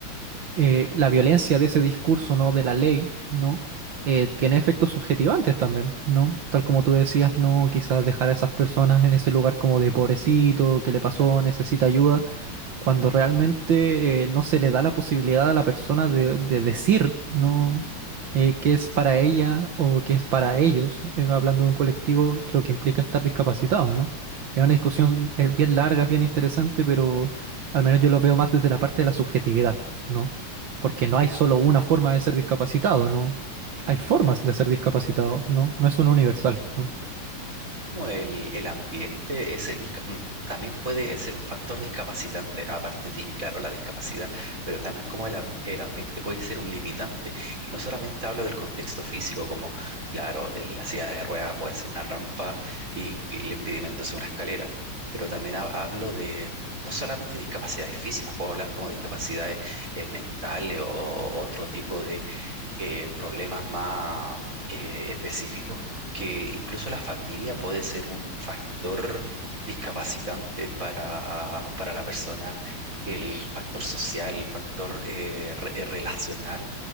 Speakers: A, on the right (about 65°); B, on the right (about 40°).
A: eh, la violencia de ese discurso, ¿no? De la ley, ¿no? Eh, tiene efectos subjetivantes también, ¿no? Tal como tú decías, ¿no? Quizás dejar a esas personas en ese lugar como de pobrecito, ¿qué le pasó? Necesita ayuda cuando realmente eh, no se le da la posibilidad a la persona de, de decir no eh, qué es para ella o qué es para ellos, eh, hablando de un colectivo, lo que implica estar discapacitado, ¿no? Es una discusión eh, bien larga, bien interesante, pero al menos yo lo veo más desde la parte de la subjetividad, ¿no? Porque no hay solo una forma de ser discapacitado, ¿no? Hay formas de ser discapacitado, ¿no? No es una universal, ¿no?
B: como el, el ambiente es el, disca- mm, también puede ser un factor discapacitante, aparte de, claro, la discapacidad, pero también como el, am- el ambiente puede ser un limitante. Y no solamente hablo del contexto físico, como, claro, en la silla de ruedas puede ser una rampa y, y el impedimento es una escalera. Pero también ha- hablo de mm, no solamente discapacidades físicas, puedo hablar como discapacidades eh, mentales o otro tipo eh, problemas más eh, específicos, que incluso la familia puede ser un factor discapacitante para, para la persona. El factor social, el factor eh, re- eh, relacional